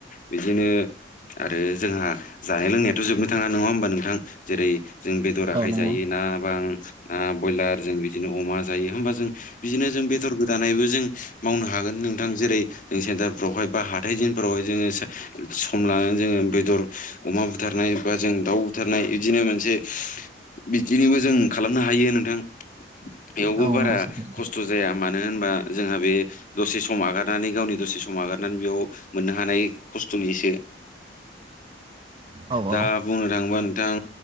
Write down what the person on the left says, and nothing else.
बिदिनो आरो जोंहा जानाय लोंनायाथ' जोबनो थाङा नङा होमबा नोंथां जेरै जों बेदर आखाइ
जायो ना बां ना ब्रयलार जों बिदिनो अमा जायो होमबा जों बिदिनो जों बेदर गोदानायबो जों मावनो हागोन नोंथां जेरै जों सेन्टारफोरावहाय बा हाथाय दिनफोरावहाय जोङो सम लानानै जोङो बेदर अमा बुथारनाय बा जों दाउ बुथारनाय इदिनो मोनसे बिदिनोबो जों खालामनो हायो नोंथां। बेयावबो
बारा
खस्थ' जाया मानो होनबा जोंहा बे दसे सम आगार नानै गावनि दसे सम नागारनानै बेयाव मोननो हानाय खस्थ'निसो
दा
बुंनो थाङोबा नोंथां